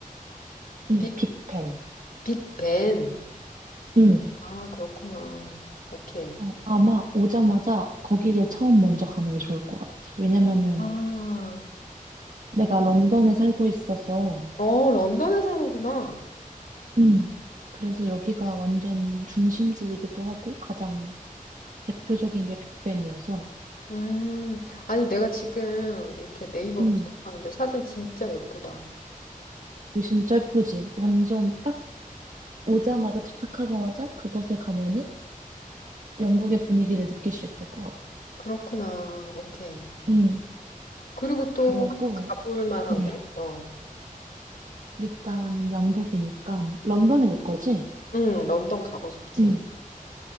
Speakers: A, on the right; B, on the left.
A: 응,
B: 빅
A: 빅벤.
B: 빅벤.
A: 응.
B: 아, 그렇구나. 오케이.
A: 어, 아마 오자마자 거기를 처음 먼저 가는 게 좋을 것 같아. 왜냐면은
B: 아.
A: 내가 런던에 살고 있어서,
B: 어, 런던에 사는구나.
A: 응. 그래서 여기가 완전 중심지이기도 하고, 가장 대표적인 게 빅벤이어서,
B: 음, 아니, 내가 지금 이렇게 네이버로
A: 응.
B: 찾아봤는데 사진 진짜 예쁘다.
A: 오신 짧쁘지 완전 딱 오자마자 도착하자마자 그곳에 가면은 영국의 분위기를 느낄 수 있을 것 같아.
B: 그렇구나. 오케이.
A: 음,
B: 그리고
A: 그러고,
B: 또 가볼 만한
A: 음.
B: 곳? 어.
A: 일단 영국이니까 런던에 올 거지?
B: 응, 런던 가고 싶지.
A: 응.